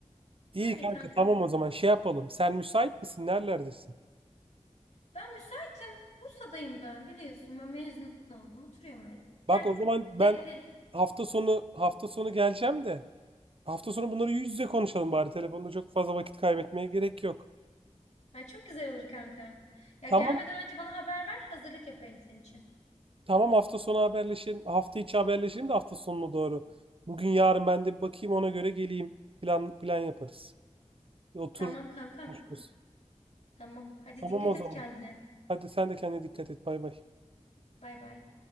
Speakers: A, on the right; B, on the left.
A: İyi
B: Öyle
A: kanka
B: kanka.
A: tamam o zaman şey yapalım. Sen müsait misin? Nerelerdesin?
B: Ben müsaitim. Bursa'dayım ben biliyorsun. Ben mezun oldum. Oturuyorum öyle.
A: Bak
B: Gel.
A: o zaman ben
B: Beklerim.
A: hafta sonu hafta sonu geleceğim de hafta sonu bunları yüz yüze konuşalım bari. Telefonda çok fazla vakit kaybetmeye gerek yok.
B: Ay çok güzel olur kanka. Ya
A: Tamam
B: gelmeden önce bana haber ver. Hazırlık yapayım senin için.
A: tamam hafta sonu haberleşelim. Hafta içi haberleşelim de hafta sonuna doğru. Bugün yarın ben de bir bakayım ona göre geleyim. Plan plan yaparız. Bir otur
B: Tamam kankam.
A: konuşuruz.
B: Tamam. Hadi
A: Tamam
B: dikkat
A: o zaman.
B: et kendine.
A: Hadi sen de kendine dikkat et. Bay bay.
B: Bay bay.